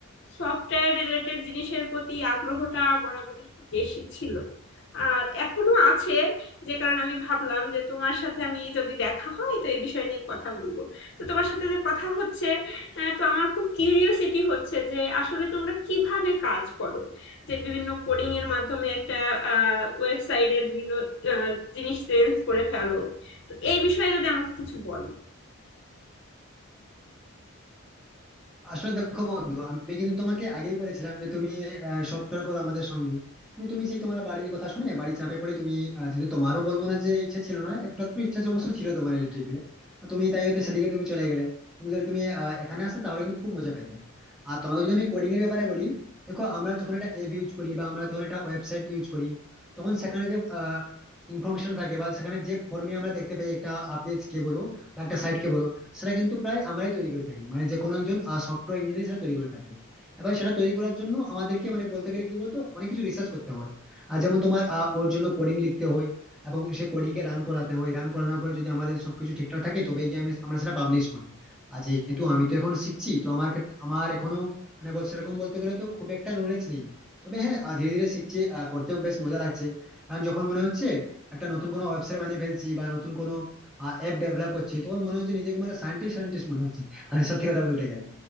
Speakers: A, on the left; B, in the centre.
A: সফটওয়্যার রিলেটেড জিনিসের প্রতি আগ্রহটা বরাবরই একটু বেশি ছিল আর এখনো আছে যে কারণে আমি ভাবলাম যে তোমার সাথে আমি যদি দেখা হয় তো এই বিষয় নিয়ে কথা বলবো তো তোমার সাথে যে কথা হচ্ছে আহ, তো আমার খুব কিউরিওসিটি হচ্ছে যে আসলে তোমরা কিভাবে কাজ করো যে বিভিন্ন কোডিং এর মাধ্যমে একটা ওয়েবসাইটের বিভিন্ন আহ, জিনিস চেঞ্জ করে ফেলো তো এই বিষয়ে যদি আমাকে কিছু বলো
B: আসলে দেখো বন্ধু আমি কিন্তু তোমাকে আগেই বলেছিলাম যে তুমি সফটওয়্যার করো আমাদের সঙ্গে কিন্তু তুমি সেই তোমার বাড়ির কথা শুনে বাড়ির চাপে পড়ে তুমি আহ, যেহেতু তোমারও বলবো না যে ইচ্ছা ছিল না একটু একটু ইচ্ছা অবশ্য ছিল তোমার ইলেকট্রিক্যালে তুমি তাই হয়তো সেদিকে তুমি চলে গেলে তুমি যদি তুমি আহ, এখানে আসতে তাহলে কিন্তু খুব মজা পেতে আর তোমাকে যদি আমি কোডিং এর ব্যাপারে বলি দেখো আমরা যখন একটা অ্যাপ ইউজ করি বা আমরা যখন একটা ওয়েবসাইট ইউজ করি তখন সেখানে যে ইনফরমেশন থাকে বা সেখানে যে ফর্মে আমরা দেখতে পাই একটা পেজ কে বলো বা একটা সাইট কে বলো সেটা কিন্তু প্রায় আমরাই তৈরি করে থাকি মানে যে কোনো একজন সফটওয়্যার ইঞ্জিনিয়ার সেটা তৈরি করে থাকে এবার সেটা তৈরি করার জন্য আমাদেরকে মানে বলতে গেলে কি বলতো অনেক কিছু রিসার্চ করতে হয় আর যেমন তোমার আহ, ওর জন্য কোডিং লিখতে হয় এবং সেই কোডিং কে রান করাতে হয় রান করানোর পরে যদি আমাদের সবকিছু ঠিকঠাক থাকে তবেই গিয়ে আমি আমরা সেটা পাবলিশ করি আর যেহেতু আমি তো এখন শিখছি তো আমার ক্ষেত- আমার এখনো মানে বল সেরকম বলতে গেলে তো খুব একটা নলেজ নেই তবে হ্যাঁ আহ, ধীরে ধীরে শিখছি আহ, করতেও বেশ মজা লাগছে কারণ যখন মনে হচ্ছে একটা নতুন কোনো ওয়েবসাইট বানিয়ে ফেলছি বা নতুন কোনো অ্যাপ ডেভেলপ করছি তো ওর মনে হচ্ছে নিজেকে মানে সায়েন্টিস্ট সায়েন্টিস্ট মনে হচ্ছে মানে সত্যি কথা বলতে গেলে